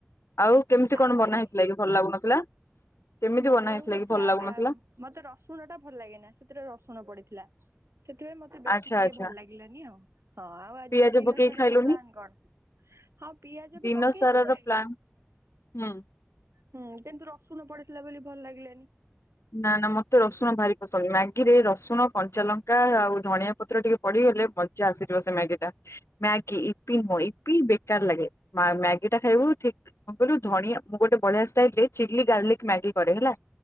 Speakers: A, on the left (about 80°); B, on the right (about 85°).
A: ଆଉ କେମିତି
B: ଆଉ
A: କଣ ବନା
B: ଆଜି
A: ହେଇଥିଲା କି ଭଲ ଲାଗୁନଥିଲା? କେମିତି
B: ଭଲ
A: ବନା
B: ଲାଗୁନଥିଲା
A: ହେଇଥିଲା କି ଭଲ ଲାଗୁନଥିଲା?
B: ଆ ମତେ ରସୁଣଟା ଭଲ ଲାଗେନା ସେଥିରେ ରସୁଣ ପଡିଥିଲା। ସେଥିପାଇଁ ମତେ ବେଶୀ
A: ଆଚ୍ଛା
B: ଟିକେ
A: ଆଚ୍ଛା
B: ଭଲ ଲାଗିଲାନି ଆଉ, ହଁ ଆଉ ଆଜି
A: ପିଆଜ
B: ତ ଦିନ
A: ପକେଇକି
B: ସାରାର
A: ଖାଇଲୁନି
B: ପ୍ଲାନ୍ କଣ? ହଁ ପିଆଜ
A: ଦିନ
B: ବି ପକେଇଥିଲେ।
A: ସାରା ର ପ୍ଲାନ୍ ହୁଁ
B: ହୁଁ କିନ୍ତୁ ରସୁଣ ପଡିଥିଲା ବୋଲି ଭଲ ଲାଗିଲାନି।
A: ନା ନା ମତେ ରସୁଣ ଭାରି ପସନ୍ଦ, ମ୍ୟାଗିରେ ଏ ରସୁଣ, କଞ୍ଚାଲଙ୍କା ଆଉ ଧଣିଆ ପତ୍ର ଟିକେ ପଡ଼ିଗଲେ ମଜା ଆସିଯିବ ସେ ମ୍ୟାଗିଟା। ମ୍ୟାଗି, ଇପି ନୁହଁ ଇପି ବେକାର ଲାଗେ, ମା ମ୍ୟାଗିଟା ଖାଇବୁ ଠିକ୍ କଣ କହିଲୁ ଧଣିଆ ମୁଁ ଗୋଟେ ବଢ଼ିଆ ଷ୍ଟାଇଲରେ ଚିଲ୍ଲି ଗାର୍ଲିକ ମ୍ୟାଗି କରେ ହେଲା।